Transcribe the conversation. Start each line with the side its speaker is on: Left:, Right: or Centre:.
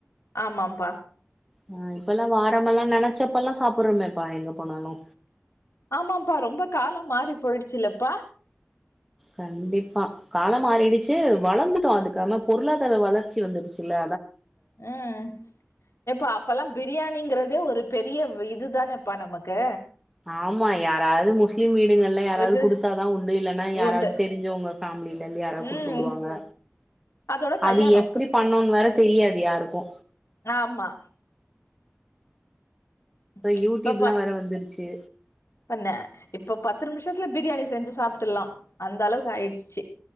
Left: ஆமாப்பா
Centre: ஆ இப்ப எல்லா வாரம் எல்லா நெனச்சப்ப எல்லா சாப்பிறமேப்பா எங்க போனாலு
Left: ஆமாப்பா ரொம்ப காலம் மாறி போயிடுச்சில்லப்பா
Centre: கண்டிப்பா காலம் மாறிடுச்சி வளர்ந்துட்டோ அதுக்கான பொருளாதார வளர்ச்சி வந்துருச்சில்ல
Left: உம் இப்ப அப்பல்லா பிரியாண் டிங்கறதே ஒரு பெரிய இதுதானே இப்பா நமக்கு
Centre: ஆமா யாராவது முஸ்லிம் வீட் இவுங்கள்லா யாராவது
Left: விட்டு
Centre: குடுத்தாதா உண்டு இல்லைன்னா யாராவது
Left: உண்டு
Centre: தெரிஞ்சவங்க ஃபேமிலிலருந்து யாராவது குடுத்து
Left: ம்
Centre: உடுவாங்க
Left: அதோட
Centre: அது
Left: கல்யாணோ
Centre: எப்படி பண்ணனுன்னு வேற தெரியாது யாருக்கு
Left: ஆமா இப்ப
Centre: யூடியூப்லா
Left: பா
Centre: வேற வந்துருச்சு
Left: பண்ணே இப்ப பத்து நிமிஷத்துல பிரியாணி செஞ்சு சாப்ட்டுல்லா அந்த அளவுக்கு ஆயிடுச்சி